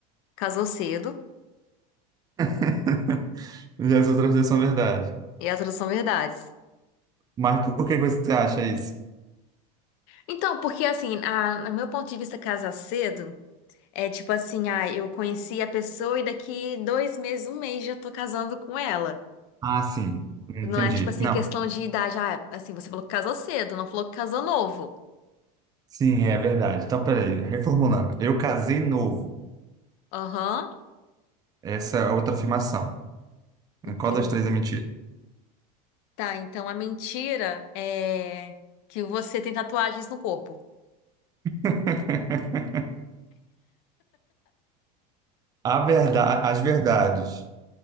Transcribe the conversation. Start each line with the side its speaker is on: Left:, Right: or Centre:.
Left: casou cedo
Right: <laughs> E as outras duas são verdade.
Left: e as outras são verdades.
Right: Mas por que você acha isso?
Left: Então, porque assim, a, no meu ponto de vista, casar cedo é tipo assim, ah, eu conheci a pessoa e daqui dois meses, um mês já tô casando com ela.
Right: Ah, sim, entendi.
Left: Não é tipo assim,
Right: Não,
Left: questão de idade. Ah, assim, você falou que casou cedo, não falou que casou novo.
Right: sim, é verdade. Então, peraí, reformulando. Eu casei novo.
Left: Aham,
Right: Essa é a outra afirmação.
Left: entendi.
Right: Qual das três é mentira?
Left: Tá, então a mentira é que você tem tatuagens no corpo.
Right: <laughs> A verdade, as verdades.